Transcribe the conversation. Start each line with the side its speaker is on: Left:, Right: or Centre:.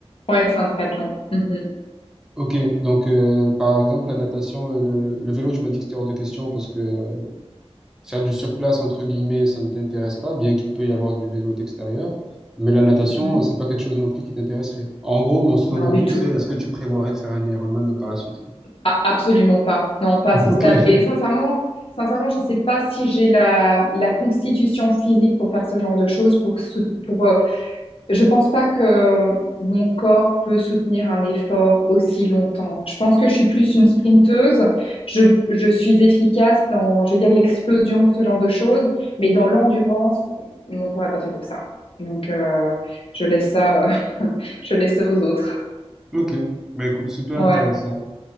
Left: ouais, c'est un triathlon. Mhm,
Centre: Ok, donc euh, par exemple la natation, euh, le, le vélo, tu m'as dit que c'était hors de question parce que euh, faire du surplace entre guillemets, ça ne t'intéresse pas, bien qu'il peut y avoir du vélo d'extérieur, mais la natation,
Left: mhm.
Centre: euh, c'est pas quelque chose non plus qui t'intéresserait. En gros, mon sous-entendu,
Left: Non, du tout.
Centre: c'est est-ce que tu prévoirais de faire un Ironman par la suite, quoi.
Left: Ah, absolument pas. Non, pas
Centre: <laughs>
Left: à ce
Centre: Ok,
Left: stade.
Centre: <laughs>
Left: Et sincèrement, sincèrement, je ne sais pas si j'ai la, la constitution physique pour faire ce genre de choses. Pour, sou- pour, euh, je pense pas que mon corps peut soutenir un effort aussi longtemps. Je pense que je suis plus une sprinteuse. Je, je suis efficace dans, je vais dire, l'explosion, ce genre de choses. Mais dans l'endurance, mon corps n'est pas fait pour ça. Donc, euh, je laisse ça, euh, <laughs> je laisse ça aux autres.
Centre: ok, mais écoute, super
Left: Ouais,
Centre: intéressant.